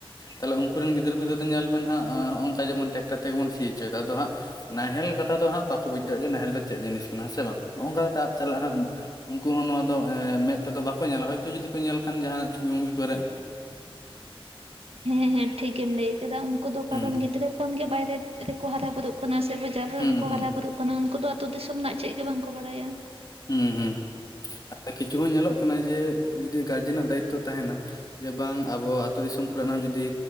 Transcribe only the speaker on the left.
ᱛᱟᱦᱞᱮ ᱩᱱᱠᱩ ᱨᱮᱱ ᱜᱤᱫᱽᱨᱟᱹ ᱯᱤᱫᱨᱟᱹ ᱫᱚ ᱧᱮᱞ ᱵᱮᱱ ᱦᱟᱸᱜᱹᱹ ᱱᱚᱜᱼ ᱱᱚᱠᱟ ᱡᱮᱢᱚᱱ ᱴᱮᱠᱴᱟᱨ ᱛᱮᱜᱮ ᱵᱚᱱ ᱥᱤ ᱦᱚᱪᱚᱭᱮᱫᱟ ᱟᱫᱚ ᱦᱟᱸᱜ ᱱᱟᱦᱮᱞ ᱠᱟᱛᱷᱟ ᱫᱚ ᱦᱟᱸᱜ ᱵᱟᱠᱚ ᱵᱩᱡᱽ ᱫᱟᱲᱮᱭᱟᱜ ᱡᱮ ᱱᱟᱦᱮᱞ ᱫᱚ ᱪᱮᱫ ᱡᱤᱱᱤᱥ ᱠᱟᱱᱟ ᱦᱮᱸ ᱥᱮ ᱵᱟᱝ ᱱᱚᱝᱠᱟ ᱠᱟᱛᱮ ᱟᱫ ᱪᱟᱞᱟᱜᱼᱟ ᱦᱟᱸᱜ ᱩᱱᱠᱩ ᱦᱚᱸ ᱱᱚᱣᱟ ᱫᱚ ᱢᱮᱫ ᱛᱮᱫᱚ ᱵᱟᱠᱚ ᱧᱮᱞᱟ, ᱦᱚᱭᱛᱳ ᱡᱩᱫᱤ ᱠᱚ ᱧᱮᱞ ᱠᱷᱟᱱ ᱡᱟᱦᱟᱱᱟᱜ ᱪᱷᱚᱵᱤ ᱢᱩᱵᱤ ᱠᱚᱨᱮᱜ᱾
ᱦᱩᱸ
ᱦᱩᱸ
ᱦᱩᱸ ᱦᱩᱸ
ᱦᱩᱸ ᱦᱩᱸ ᱠᱤᱪᱷᱩ ᱦᱚᱸ ᱧᱮᱞᱚᱜ ᱠᱟᱱᱟ ᱡᱮ ᱡᱩᱫᱤ ᱜᱟᱨᱡᱮᱱᱼᱟᱜ ᱫᱟᱭᱤᱛᱛᱚ ᱛᱟᱦᱮᱱᱟ ᱡᱮ ᱵᱟᱝ ᱟᱵᱚ ᱟᱹᱛᱩ ᱫᱤᱥᱚᱢ ᱠᱚᱨᱮᱱᱟᱜ ᱦᱚᱸ ᱡᱩᱫᱤ